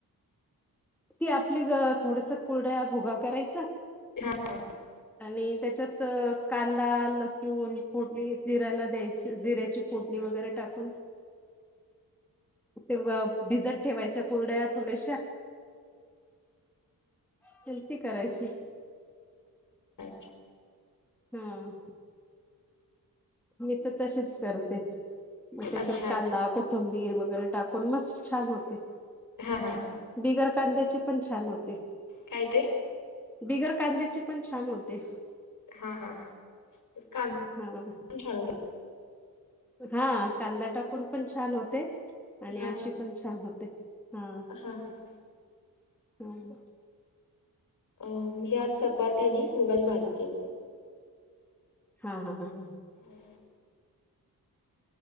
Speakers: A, in the centre; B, on the left (about 60°).
A: ती आपली थोडस कुर्ड्या भुगा करायचा.
B: <unintelligible>
A: आणि त्याच्यात कांदा, लसूण फोडणी जिऱ्याला द्यायची. जिऱ्याची फोडणी वगैरे टाकून.
B: <inaudible>
A: ते व भिजत ठेवायच्या कुरडया, थोड्याशा. शिलपी करायची.
B: अच्छा.
A: हम. मी तर तशीच करते. मग त्याच्यात
B: अच्छा
A: कांदा,
B: अच्छा
A: कोथ तंबीर वगैरे टाकून, मस्त छान होते.
B: हां, हां, हां.
A: बिगर कांद्याची पण छान होते.
B: काय ते?
A: बिगर कांद्याची पण छान होते.
B: हा, हा, हा. कान
A: ह अ.
B: खूप छान होते.
A: हा. कांदा टाकून पण छान होते. आणि
B: हा
A: आशी पण छान होते. हा.
B: हा, हा, हा.
A: हो, ना.
B: अ मी आज, चपाती आणि मुगाची भाजी केलते.
A: हा, हा, हा, ह.
B: हम्.